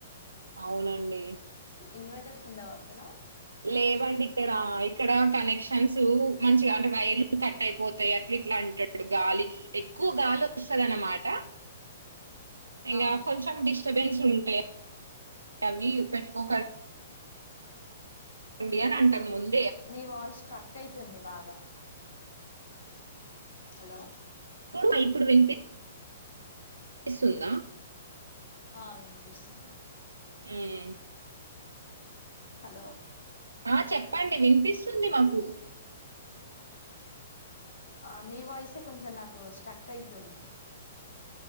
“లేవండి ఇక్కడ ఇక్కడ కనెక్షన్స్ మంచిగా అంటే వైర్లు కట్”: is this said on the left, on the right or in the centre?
Right